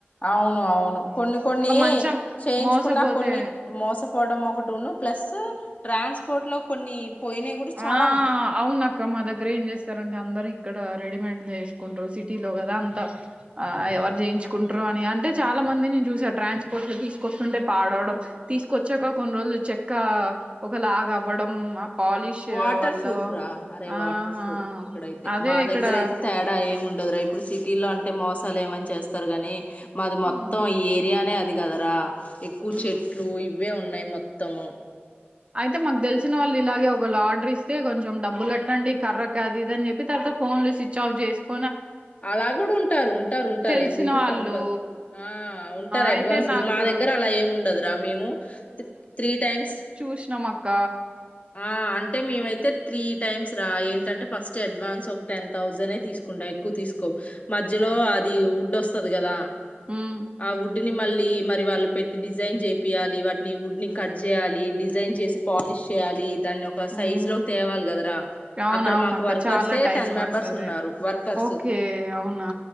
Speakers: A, on the left; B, on the right.
A: అవును అవును కొన్ని కొన్ని
B: మంచం
A: చేయించుకున్నా
B: మోసపోతే
A: కొన్ని మోసం పోవడం ఒకటి ఉన్న ప్లస్ ట్రాన్స్పోర్ట్ లో కొన్ని పోయినవి కూడా చాలా
B: ఆ
A: ఉంటాయి
B: అవున అక్క మా దగ్గర ఏం చేస్తారంటే అందరి ఇక్కడ రెడీమేడ్ చేసుకుంటారు సిటీలో కదా అంత ఆ ఎవరు చేయించుకుంట్రారు అని అంటే చాలా మంది నేను చూసా ట్రాన్స్పోర్ట్ లో తీసుకొస్తుంటే పాడవడం తీసుకొచ్చాక కొన్ని రోజులు చెక్క ఒక లాగ అవ్వడం ఆ పాలిష్
A: వాటర్
B: వల్ల
A: ప్రూఫ్ రా అరే
B: ఆహా
A: వాటర్ ప్రూఫ్ ఇక్కడైతే
B: అదే
A: మా
B: ఇక్కడ
A: దగ్గర అయితే తేడా ఏముండ రా ఇప్పుడు సిటీలో అంటే మోసాలు ఏమని చేస్తారు గాని మాది మొత్తం
B: హ్మ్
A: ఈ ఏరియానేది ది కదరా ఎక్కువ
B: హ్మ్
A: చెట్లు ఇవి ఇవే ఉన్నాయి మొత్తము
B: అయితే మాకు తెలిసిన వాళ్ళు ఇలాగే ఒకళ ఆర్డర్ ఇస్తే కొంచెం డబ్బులు కట్టండి కర్ర కాదు ఇద అని చెప్పి తర్వాత ఫోన్లు స్విచ్ ఆఫ్ చేసుకు
A: అలా కూడా ఉంటారు ఉంటారు ఉంటారు
B: తెలిసిన
A: ఎందుకు
B: వాళ్ళు
A: కంపల్ ఆ ఉంటారు
B: అయితే
A: అడ్వాన్స్
B: నాకు
A: మా దగ్గర అలా ఏమి ఉండదురా మేము త్రీ త్రీ టైమ్స్
B: కృష్ణమక్క
A: ఆ అంటే మేమైతే త్రీ టైమ్స్ రా ఏంటంటే ఫస్ట్ అడ్వాన్స్ ఒక టెన్ థౌజండే తీసుకుంటాం ఎక్కువ తీసుకొం మధ్యలో అది వుడ్ వస్తది కదా
B: హ్మ్
A: అవు వుడ్ ని మళ్ళీ మరి వాళ్ళు పెట్టి డిజైన్ చేపియాలి వాటిని వుడ్ ని కట్ చేయాలి డిజైన్ చేసి పాలిష్ పూయాలిన్ దాన్ని ఒక
B: హ్మ్
A: సైజులోకి తేవాలి కదరా
B: అవునవునక్క
A: అక్కడ మాకు వర్కర్స్
B: చాలా టైం
A: టెన్ మెంబర్స్
B: పడుతది
A: ఉన్నారు వర్కర్స్
B: ఓకే అవునా